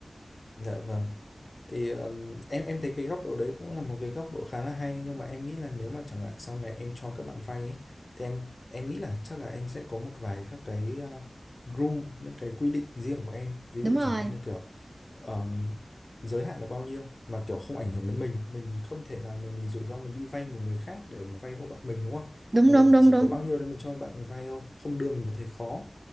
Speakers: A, on the left; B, on the right.
A: dạ vâng thì ờ, em em thấy cái góc độ đấy cũng là một cái góc độ khá là hay nhưng mà em nghĩ là nếu mà chẳng hạn sau này em cho các bạn vay ấy, thì em em nghĩ là chắc là em sẽ có một vài các cái ờ, rule những cái quy định riêng của em ví
B: đúng
A: dụ
B: rồi
A: chẳng hạn như kiểu ờm, giới hạn là bao nhiêu mà kiểu không ảnh hưởng đến mình mình không thể nào mà mình rủi ro mình đi vay một người khác để mà vay hộ bạn mình đúng không
B: đúng
A: mà mình
B: đúng đúng
A: chỉ
B: đúng
A: có bao nhiêu đấy mình cho bạn mình vay thôi không đưa mình vào thế khó